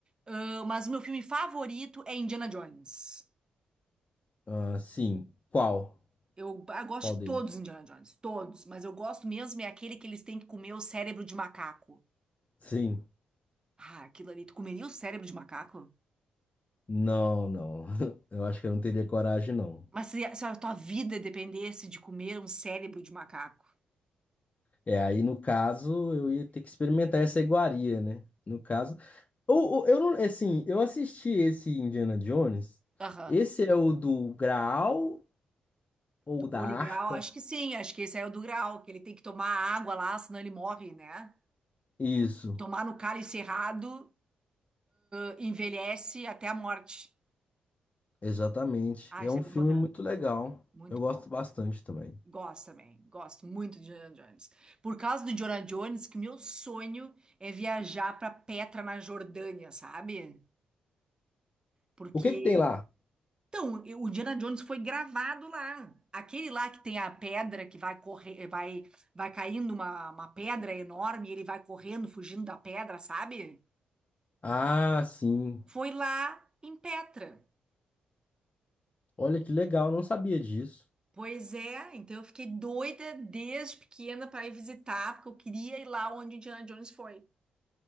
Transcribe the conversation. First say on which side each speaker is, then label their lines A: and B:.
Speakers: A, on the right; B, on the left.
A: Ah, mas o meu filme favorito é Indiana Jones.
B: Ah, sim. Qual?
A: Eu, ah, eu gosto
B: Qual
A: de
B: deles?
A: todos os Indiana Jones, todos, mas eu gosto mesmo é aquele que eles têm que comer o cérebro de macaco.
B: Sim.
A: Ah, aquilo ali, tu comeria o cérebro de macaco?
B: Não, não. <laughs> Eu acho que eu não teria coragem, não.
A: Mas se, a se a tua vida dependesse de comer um cérebro de macaco?
B: É, aí no caso, eu ia ter que experimentar essa iguaria, né? No caso. Ou, ou- eu não, assim, eu assisti esse Indiana Jones.
A: Aham.
B: Esse é o do Graal ou
A: Do
B: da
A: Holy
B: Arca?
A: Grail, acho que sim, acho que esse é o do Grail, que ele tem que tomar água lá, senão ele morre, né?
B: Isso,
A: Tomar no cálice errado, ah, envelhece até a morte.
B: exatamente.
A: Ah,
B: É
A: isso
B: um
A: é bom
B: filme
A: pra caramba.
B: muito legal.
A: Muito
B: Eu gosto
A: bom.
B: bastante também.
A: Gosto também, gosto muito de Indiana Jones. Por causa do Indiana Jones, que meu sonho é viajar para Petra, na Jordânia, sabe? Porque,
B: O que que tem lá?
A: então, eu- o Indiana Jones foi gravado lá. Aquele lá que tem a pedra que vai correr, vai, vai caindo uma, uma pedra enorme e ele vai correndo, fugindo da pedra, sabe?
B: Ah, sim.
A: Foi lá em Petra.
B: Olha que legal, não sabia disso.
A: Pois é, então eu fiquei doida desde pequena para ir visitar, porque eu queria ir lá onde Indiana Jones foi.